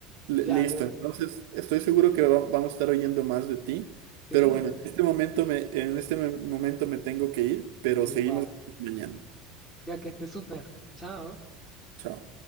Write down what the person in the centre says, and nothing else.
ya
yo
sí.
Igual.
Ya que esté súper. Chao.